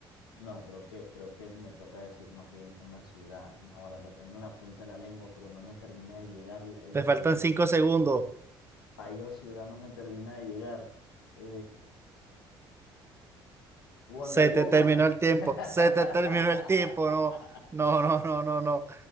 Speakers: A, on the left; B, on the right.
A: No, creo que, creo que me toca decir más bien una ciudad. No, Ahora lo tengo en la punta de la lengua, pero no me termina de llegar el
B: Te
A: país,
B: faltan
A: o-
B: cinco segundos.
A: país o ciudad, no me termina de llegar. Eh, Wonder
B: Se
A: Woman.
B: te terminó
A: <laughs>
B: el tiempo, se te terminó el tiempo, no, no, no, no, no, no.